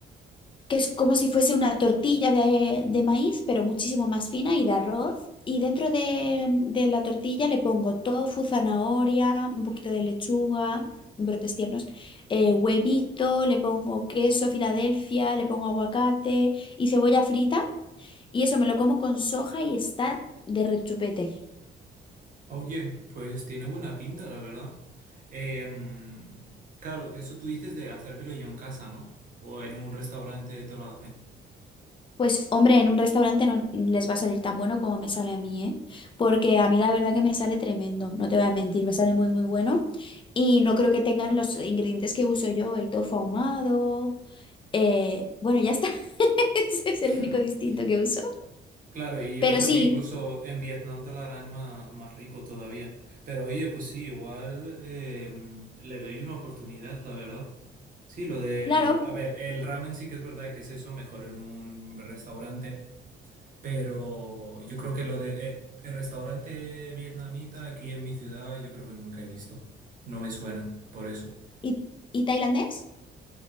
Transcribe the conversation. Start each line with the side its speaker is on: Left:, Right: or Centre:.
Left: Que es como si fuese una tortilla de, de maíz, pero muchísimo más fina y de arroz. Y dentro de, de la tortilla le pongo tofu, zanahoria, un poquito de lechuga, brotes tiernos, eh, huevito, le pongo queso, Filadelfia, le pongo aguacate y cebolla frita. Y eso me lo como con soja y está de rechupete.
Right: Oye, pues tiene buena pinta, la verdad. Em, claro, eso tú dices de hacérmelo yo en casa, ¿no? O en un restaurante te lo hacen.
Left: Pues hombre, en un restaurante no les va a salir tan bueno como me sale a mí, ¿eh? Porque a mí la verdad que me sale tremendo, no te voy a mentir, me sale muy muy bueno y no creo que tengan los ingredientes que uso yo, el tofu ahumado, eh, bueno, ya está, <laughs> ese es
Right: <laughs>
Left: el único distinto que uso.
Right: Claro, y yo
Left: Pero
Right: creo
Left: sí,
Right: que incluso en Vietnam te lo harán más, más rico todavía. Pero oye, pues sí, igual eh, mm, le doy una oportunidad, la verdad. Sí, lo de,
Left: claro,
Right: lo- a ver, el ramen sí que es verdad que es eso, mejor en un restaurante, pero yo creo que lo de eh, el restaurante vietnamita aquí en mi ciudad, yo creo que nunca he visto. No me suena, por eso.
Left: ¿y, y tailandés?